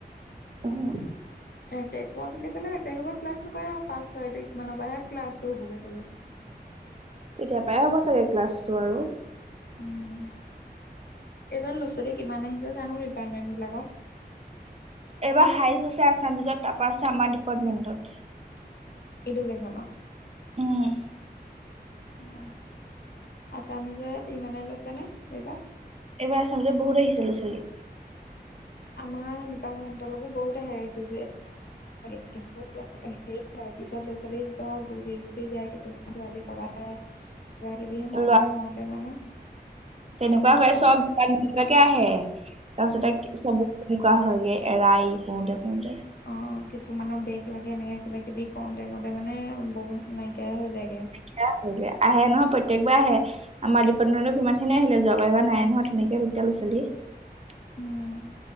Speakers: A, on the right; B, on the left.
A: উম।
B: এক তাৰিখা বুলি ক'লে এক তাৰিখ পৰা ক্লাছ নকৰে আৰু পাঁচ ছয় তাৰিখ মানৰ পৰাহে ক্লাছটো হ'বগৈ চাগে।
A: তেতিয়া পাই হ'ব চাগে ক্লাছটো আৰু।
B: উম এইবাৰ ল'ৰা ছোৱালী কিমান আহিছে জানো ডিপাৰ্টমেন্টবিলাকত?
A: এইবাৰ হাইচ আছে আছামিজত তাৰপা আছে আমাৰ ডিপাৰ্টমেন্টত।
B: এডুকেশ্যনৰ?
A: উম।
B: অ', আছামিজৰ ইমানে লৈছেনে এইবাৰ?
A: এইবাৰ আছামিজত বহু আহিছে ল'ৰা ছোৱালী।
B: আমাৰ ডিপাৰ্টমেণ্ট লৈকো বহুত আহে <unintelligible> হেৰি <unintelligible> পিছত ল'ৰা ছোৱালী ধৰ গুচি গুচি যায় কিছুমান ছোৱালী <unintelligible> কিবা কিবি হওঁতে
A: ল'ৰা
B: হওঁতে মানে
A: তেনেকুৱা
B: উম
A: হয়
B: কাৰোবাৰ
A: চব <unintelligible> আহে তাৰ পিছতে
B: উম
A: চবত তেনেকুৱা হয়গে। এৰা এৰি কওঁতে কওঁতে।
B: অ', কিছুমানৰ বেগ লাগে এনেকে কিবা কিবি কওঁতে কওঁতে মানে বহুত নাইকিয়াই হৈ যায়গে।
A: হেয়া হৈ গে আহে নহয় প্ৰত্যেকবাৰে আহে। আমাৰ ডিপাৰটমেন্ত কিমানখিনি আহিলে যোৱাৰ এইবাৰ নাই নহয় তেনেকে এতিয়া ল'ৰা ছোৱলী। <unintelligible>
B: উম